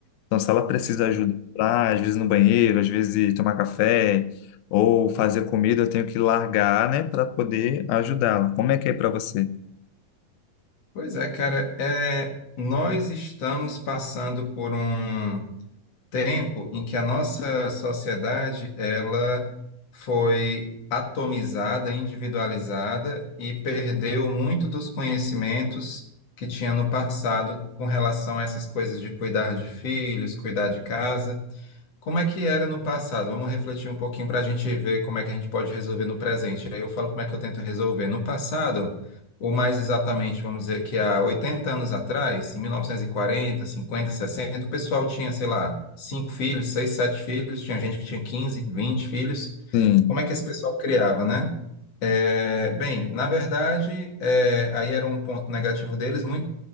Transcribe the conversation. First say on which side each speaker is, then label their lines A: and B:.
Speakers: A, on the left (about 90°); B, on the left (about 50°).
A: Então, se ela precisa de ajuda pra, às vezes no banheiro, às vezes tomar café ou fazer comida, eu tenho que largar, né, para poder ajudá-la. Como é que é para você?
B: Pois é, cara, é, nós estamos passando por um tempo em que a nossa sociedade ela foi atomizada, individualizada e perdeu muito dos conhecimentos que tinha no passado com relação a essas coisas de cuidar de filhos, cuidar de casa. Como é que era no passado? Vamos refletir um pouquinho para a gente ver como é que a gente pode resolver no presente. Aí eu falo como é que eu tento resolver. No passado, ou mais exatamente, vamos dizer que há 80 anos atrás, em 1940, 50, 60, o pessoal tinha, sei lá, cinco filhos, seis, sete filhos, tinha gente que tinha 15, 20 filhos.
A: Sim.
B: Como é que esse pessoal criava, né? É, bem, na verdade, é, aí era um ponto negativo deles, muitos